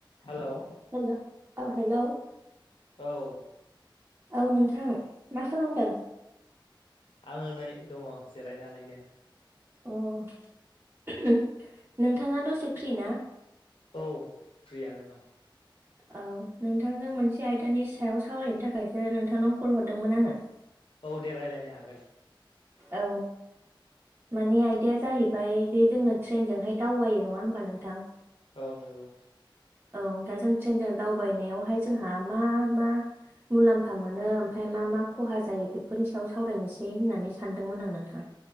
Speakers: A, on the left; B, on the right.
A: Hello.
B: हेल' औ हेल'
A: औ।
B: औ नोंथां मा खालामदों?
A: आङो नै दङ' जिरायनानैनो।
B: अ' नोंथाङा दसे फ्रि ना?
A: औ फ्रियानो दं।
B: औ नोंथांजों मोनसे आयदानि सायाव सावरायनो थाखायसो नोंथांनाव कल हरदोंमोन आङो। <inaudible>
A: औ दे रायलायनो हागोन।
B: औ। माने आइदाया जाहैबाय जे जोङो ट्रेनजोंहाय दावबायो नङा होमबा नोंथां।
A: औ नोंगौ।
B: औ दा जों ट्रेनजों दावबायनायावहाय जोंहा मा मा। मुलाम्फा मोनो ओमफ्राय मा मा खहा जायो बेफोरनि सायाव सावरायनोसै होननानै सानदोंमोन आं नोंथां।